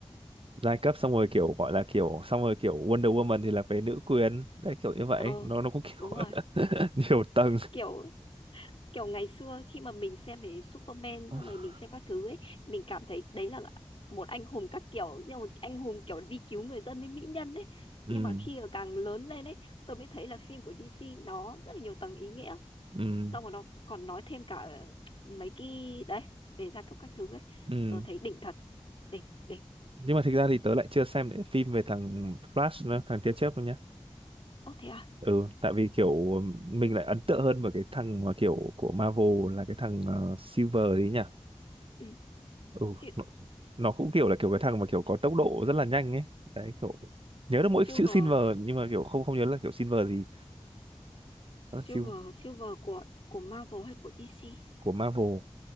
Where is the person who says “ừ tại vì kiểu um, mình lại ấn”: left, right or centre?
Right